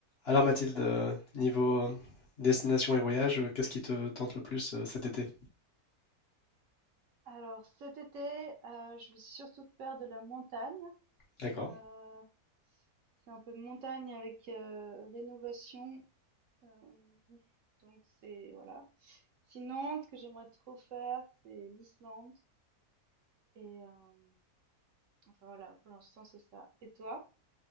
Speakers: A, on the left; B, on the right.
A: Alors Mathilde, euh, niveau euh, destination et voyage, euh, qu'est-ce qui te tente le plus euh, cet été?
B: Alors cet été, euh, je vais surtout faire de la montagne.
A: D'accord.
B: Euh, c'est un peu montagne avec euh, rénovation. euh, donc c'est voilà. Sinon, ce que j'aimerais trop faire, c'est l'Islande. Et euh, enfin voilà, pour l'instant c'est ça. Et toi?